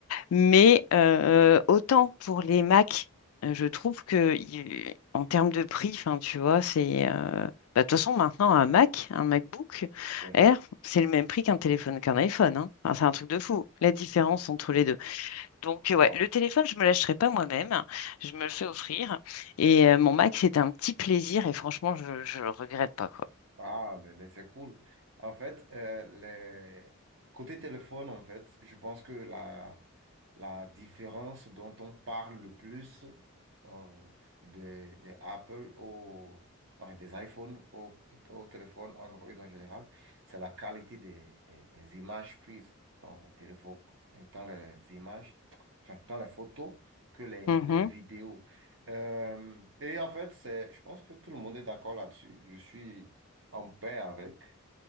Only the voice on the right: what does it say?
Ouais.
Wow.
Ah, mais, mais c'est cool. En fait, euh, les... côté téléphone, en fait, je pense que la, la différence dont on parle le plus euh, des des Apple au... enfin, des iPhones au, au téléphone Android en général, c'est la qualité des, des, des images prises dans les téléphones, euh, dans les images, enfin, dans les photos que les,
les vidéos. Euh, et en fait, c'est, je pense que tout le monde est d'accord là-dessus. Je suis en paix avec.